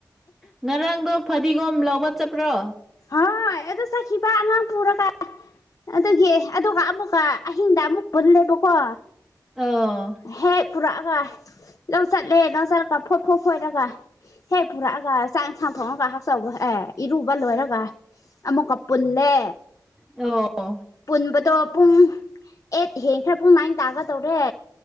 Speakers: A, in the centre; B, on the left (about 50°).
A: ꯉꯔꯥꯡꯗꯣ ꯐꯗꯤꯒꯣꯝ ꯂꯧꯕ ꯆꯠꯄ꯭ꯔꯣ
B: ꯍꯣꯏ ꯑꯦꯗꯨ ꯆꯈꯤꯕ ꯅꯪ ꯄꯨꯔ ꯀꯥꯏ ꯑꯗꯨꯒꯤ ꯑꯗꯨꯒ ꯑꯃꯨꯛꯀ ꯑꯍꯤꯡꯗ ꯑꯃꯨꯛ ꯄꯨꯜꯂꯦꯕꯀꯣ
A: ꯑꯥ
B: ꯍꯦꯛ ꯄꯨꯔꯛꯑꯒ ꯂꯧ ꯆꯠꯂꯦ ꯂꯧ ꯆꯠꯂꯒ ꯐꯣꯠ ꯐꯣꯠ ꯐꯣꯏꯔꯒ ꯍꯦꯛ ꯐꯔꯛꯑꯒ ꯆꯥꯛ ꯁꯥꯟꯊꯣꯛꯑꯒ ꯍꯛꯆꯧꯕ ꯑꯦ ꯏꯔꯨꯕ ꯂꯣꯏꯔꯒ ꯑꯃꯃꯛ ꯀꯞ ꯄꯨꯜꯂꯦ
A: ꯑꯣ
B: ꯄꯨꯟꯕꯗꯣ ꯄꯨꯡ ꯑꯩꯠ ꯍꯦꯟ ꯈ꯭ꯔꯦ ꯄꯨꯡ ꯅꯥꯏꯟ ꯇꯥꯒ ꯇꯧꯔꯦ